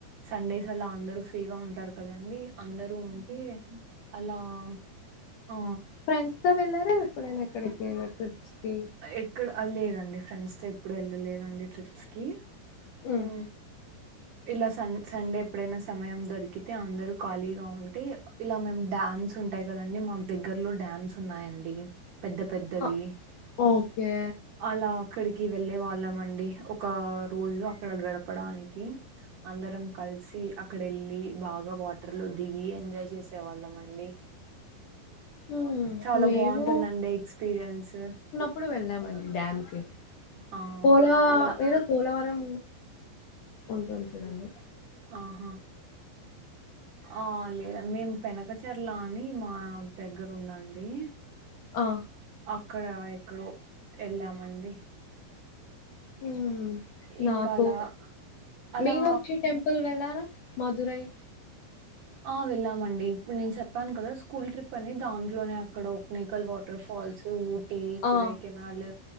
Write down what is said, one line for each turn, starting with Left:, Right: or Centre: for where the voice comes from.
Right: సండేస్ అలా అందరూ ఫ్రీగా ఉంటారు కదండి అందరూ ఉంటే అలా ఆ...
Left: ఫ్రెండ్స్ తో వెళ్ళారా ఎప్పుడైన ఇక్కడికైన ట్రిప్స్ కి
Right: ఏక్కడ లేదండి ఫ్రెండ్స్ ఎప్పుడు వెళ్ళలేదండి ట్రిప్స్ కి
Left: ఉమ్
Right: ఊ ఇలా సం సండే ఎప్పుడైనా సమయం దొరికితే, అందరూ ఖాళీగా ఉంటే, ఇలా మేము డ్యామ్స్ ఉంటాయి కదండి మాకు దగ్గర్లో డ్యామ్స్ ఉన్నాయండి. పెద్ద పెద్దవి
Left: ఆ, ఓకే
Right: అలా అక్కడికి వెళ్ళే వాళ్ళం అండి, ఒక రోజు అక్కడ గడపడానికి అందరం కలిసి అక్కడ వెళ్ళి బాగా వాటర్ లో దిగి ఎంజాయ్ చేసే వాళ్లం అండి.
Left: హ్మ్
Right: చాలా
Left: మేము
Right: బాగుంటుందండి ఎక్స్పీరియన్స్.
Left: ప్పుడు వెళ్ళామండి డ్యామ్ కి
Right: ఆ
Left: పోలా
Right: అలా
Left: ఏదో పోలవరం ఉంటుంది కదండీ
Right: ఆహా ఆ అ లేద్ మేం పెనకచర్లా అని మా దగ్గర ఉందండి
Left: ఆ
Right: అక్కడ ఎక్కడో వెళ్ళామండి
Left: ఊ నాకు,
Right: ఇంకా అలా అలా
Left: మీనాక్షి టెంపుల్ వెళ్ళారా? మధురై
Right: ఆ వెళ్ళామండి ఇప్పుడు నేను చెప్పాను కదా, స్కూల్ ట్రిప్ అని దాంట్లోనే అక్కడ ఒక్మికల్ వాటర్ ఫాల్స్, ఊ టీ కొడైకెనాల్
Left: ఆ